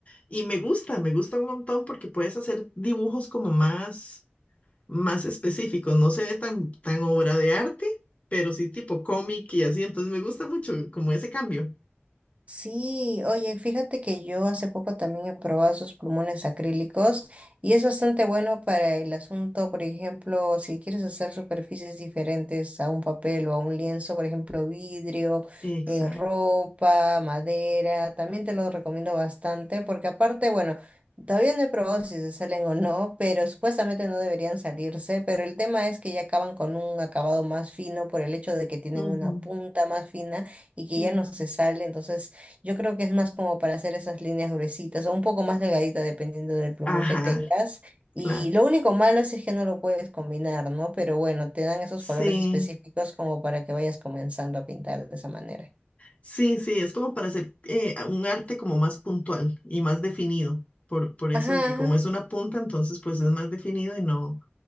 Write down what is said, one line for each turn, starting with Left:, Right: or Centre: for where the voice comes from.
Left: Y me gusta, me gusta un montón porque puedes hacer dibujos como más, más específicos. No se ve tan, tan obra de arte, pero sí tipo cómic y así. Entonces me gusta mucho como ese cambio.
Right: Sí, oye, fíjate que yo hace poco también he probado esos plumones acrílicos y es bastante bueno para el asunto, por ejemplo, si quieres hacer superficies diferentes a un papel o a un lienzo, por ejemplo, vidrio,
Left: Exacto.
Right: eh, ropa, madera, también te lo recomiendo bastante porque aparte, bueno, todavía no he probado si se salen o no, pero supuestamente no deberían salirse, pero el tema es que ya acaban con un acabado más fino por el hecho de que tienen
Left: Ujú,
Right: una punta más fina y que
Left: ujú.
Right: ya no se sale, entonces yo creo que es más como para hacer esas líneas gruesitas o un poco más delgadita dependiendo del plumón
Left: Ajá,
Right: que tengas. Y
Left: claro.
Right: lo único malo es que no lo puedes combinar, ¿no? Pero bueno, te dan esos
Left: Sí,
Right: colores específicos como para que vayas comenzando a pintar de esa manera.
Left: sí, sí, es como para hacer eh, un arte como más puntual y más definido, por, por eso
Right: Ajá,
Left: de que
Right: ajá.
Left: como es una punta, entonces pues es más definido y no,